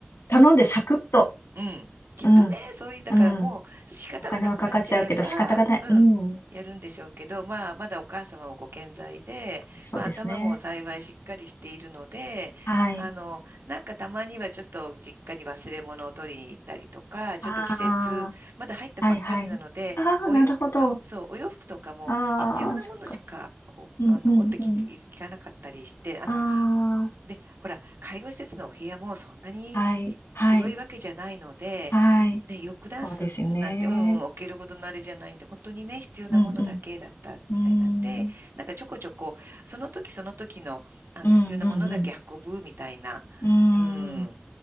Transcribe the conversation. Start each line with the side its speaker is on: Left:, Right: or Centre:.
Left: 頼んでサクッと。
Right: うん。きっとね、
Left: うん、
Right: そういう、だからもう仕方がなくなっちゃえば、
Left: うん。お金はかかっちゃうけど仕方がない。
Right: うん、
Left: うん。
Right: やるんでしょうけど、まあ、まだお母様もご健在で、
Left: そうですね。
Right: まあ、頭も幸いしっかりしているので、
Left: はい。
Right: あの、なんかたまにはちょっと実家に忘れ物を取りに行ったりとか、ちょっと季節、
Left: ああ、
Right: まだ入ったばっかりなので、
Left: はい、はい。ああ、
Right: およ、
Left: なるほど。
Right: そうそう、お洋服とかも必要なものしか、
Left: ああ、そっか。
Right: こう、
Left: うん、
Right: あの、
Left: うん、
Right: 持ってきていかなかったりして、
Left: うん。
Right: あの、
Left: あ
Right: で、ほら、介護施設のお部屋もそんなに
Left: あ、はい、はい、
Right: 広いわけじゃないので、
Left: はい。
Right: ね、ヨックダンスなんて、
Left: そうですよね。
Right: うん、置けるほどのあれじゃないんで、本当にね、必要なものだけだったみたいなんで、
Left: うんうん。うーん。
Right: なんかちょこちょこ、その時その時の、あの、
Left: うんうんうん。
Right: 必要なものだけ運ぶみたいな、
Left: うーん。
Right: うん、